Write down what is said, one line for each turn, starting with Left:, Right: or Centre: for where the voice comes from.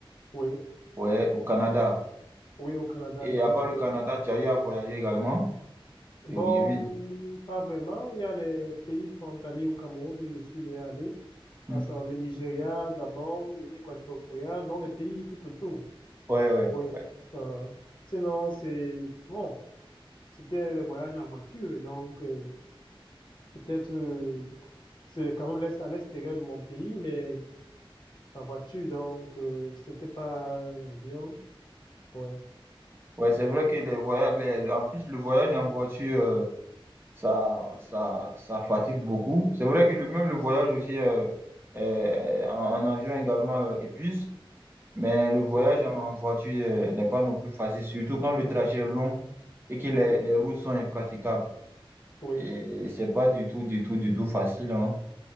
Left: Oui,
Right: ouais, au Canada.
Left: oui, au Canada.
Right: Et
Left: Donc,
Right: à part le
Left: euh,
Right: Canada, tu as eu à voyager également.
Left: Bon,
Right: Et oui, oui.
Left: pas vraiment. Il y a les pays frontaliers au Cameroun où je suis déjà allé,
Right: Hmm.
Left: à savoir le Nigeria, Gabon, Guinée équatoriale, dans les pays tout autour.
Right: Ouais, ouais.
Left: Oui.
Right: ouais.
Left: Euh, sinon, c'est bon. C'était le voyage en voiture, et donc euh, peut-être euh, c'est quand même l'est- à l'extérieur de mon pays, mais en voiture, donc euh, c'était pas l'avion. Oui,
Right: Ouais, c'est vrai que les voyages, les- en plus, le voyage en voiture, euh, ça, ça, ça fatigue beaucoup. C'est vrai que le, même le voyage aussi euh, euh, en, en avion également euh, épuise, mais le voyage
Left: oui,
Right: en, en voiture euh, n'est pas non plus facile, surtout quand le trajet est long et que les,
Left: oui,
Right: les routes sont impraticables.
Left: oui.
Right: Et c'est pas du tout, du tout, du tout facile, hein.